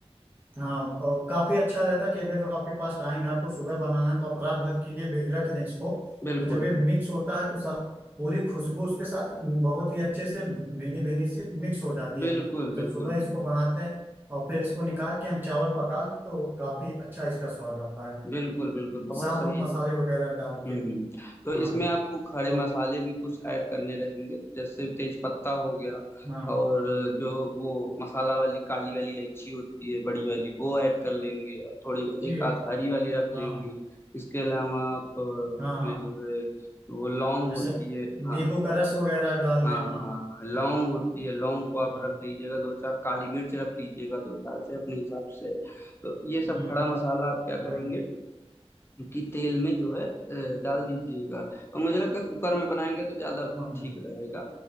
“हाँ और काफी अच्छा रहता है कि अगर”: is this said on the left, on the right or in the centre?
Right